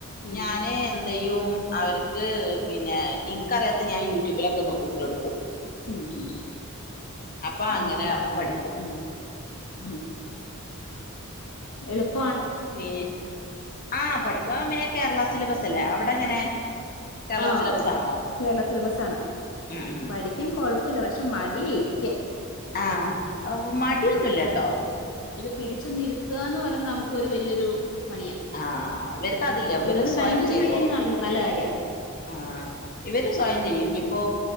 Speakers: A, on the left; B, on the left.
A: ഉം
B: ഞാന് എന്ത്യും അവർക്ക് പിന്നെ ഇനിക്ക്റിയാത്ത ഞാൻ യൂട്യൂബിലൊക്കെ ഇട്ടെടുക്കും
A: ഉം ഹ
B: അപ്പൊ അങ്ങനെ
A: നോക്കി പറഞ്ഞോളൂ
B: പഠിക്കും
A: ഉം ഉം എളപ്പ
B: പി ആഹ പഠിക്കാ പിന്നെ കേരള സിലബസ് അല്ലേ അവിടെ എങ്ങനെ കേരള
A: ആഹ
B: സിലബസ് ആണോ
A: കേരള സിലബസ് ആണ്
B: ഉം ഉം
A: പഠിക്കാൻ കൊഴപ്പില്ല പക്ഷെ മടിയ ഇരിക്ക
B: ആഹ മടിയൊന്നുമല്ലട്ടോ
A: പിടിച്ചു നിരുത്തുകന്ന് പറഞ്ഞ നമുക്കൊരു വലിയൊരു പണിയാ
B: ആഹ് ഇവർക്ക് അതില്ല ഇവര്
A: ഇരുന്ന്
B: സ്വയം
A: കഴിഞ്ഞഞ്
B: ചെയ്തോളും
A: കിട്ടി കഴിഞ്ഞഞ് നല്ല കാര്യ
B: ആഹ് ഇവര് സ്വായം ചെയ്യും ഇനിയിപ്പോൊ